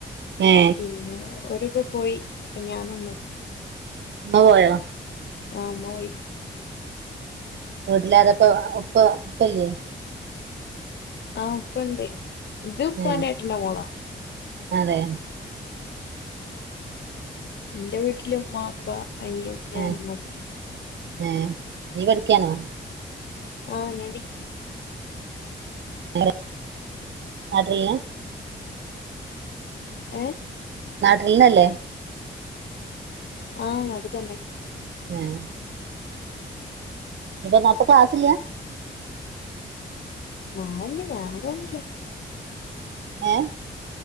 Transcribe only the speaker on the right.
ഏ
ഇമ്മ പോയോ
വീട്ടിലാരാപ്പ ഉപ്പ ഉപ്പല്ലേ
ഏ
അതെ
ഏ
ഏ നീ പഠിക്കാണോ
വെറെ ആരാള്ളെ
നാട്ടിൽന്നല്ലേ
ആഹ് ഇപ്പൊ നപ്പൊക്ക ക്ലാസില്ല
ഏ